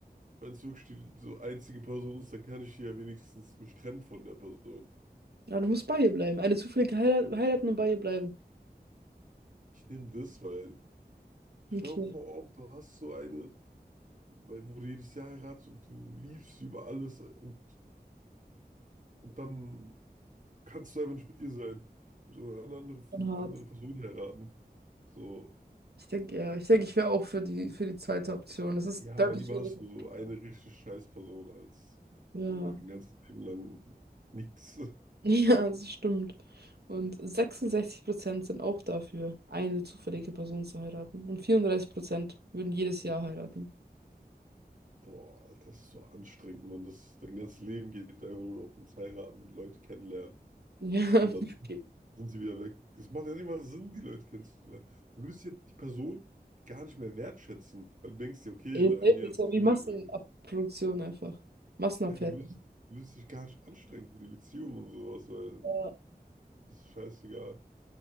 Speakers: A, on the right (about 50°); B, on the right (about 80°).
A: Wenn es wirklich die so einzige Person ist, dann kann ich die ja wenigstens mich trennen von der Person.
B: Ja, du musst bei ihr bleiben. Eine zufällige Heirat, heiraten und bei ihr bleiben.
A: Ich nehme das, weil schau
B: Okay,
A: vor auch, du hast so eine, bei- wo du jedes Jahr heiratest und du liebst sie über alles und, und dann kannst du einfach nicht mit ihr sein. Du musst aber eine andere,
B: schon hart.
A: andere Person heiraten. So,
B: Ich denke, ja, ich denke, ich wäre auch für die, für die zweite Option. Das ist
A: ja,
B: deutlich
A: weil lieber
B: weniger.
A: hast du
B: Aufwand.
A: so eine richtig scheiß Person als
B: Ja,
A: so dein ganzes Leben lang nix. <laughs>
B: <laughs> ja, das stimmt. Und 66% sind auch dafür, eine zufällige Person zu heiraten. Und 34% würden jedes Jahr heiraten.
A: Boah, Alter, das ist so anstrengend, Mann. Das, dein ganzes Leben geht einfach nur noch ums Heiraten und Leute kennenlernen.
B: Ja, <laughs>
A: Und dann
B: okay.
A: sind sie wieder weg. Es macht ja nicht mal Sinn, die Leute kennenzulernen. Du würdest ja die Person gar nicht mehr wertschätzen, weil du denkst dir, okay,
B: Ja,
A: nach einem
B: safe,
A: Jahr
B: ist
A: ist
B: ja
A: sie sowieso
B: wie Massenabproduktion
A: weg.
B: einfach. Massenabfertigung.
A: Ja, du würdest, du würdest dich gar nicht anstrengen für die Beziehung und sowas, weil
B: Ja.
A: es ist scheißegal.